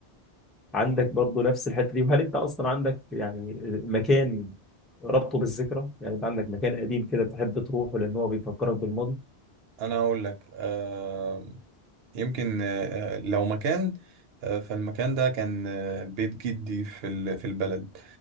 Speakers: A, in the centre; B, on the right.
A: عندك برضه نفس الحته دي وهل انت اصلا عندك يعني مكان ربطه بالذكرى يعني انت عندك مكان قديم كده بتحب تروحه لان هو بيفكرك بالماضي
B: انا اقول لك آه، يمكن آه، لو مكان آه، فالمكان ده كان آه، بيت جدي في ال- في البلد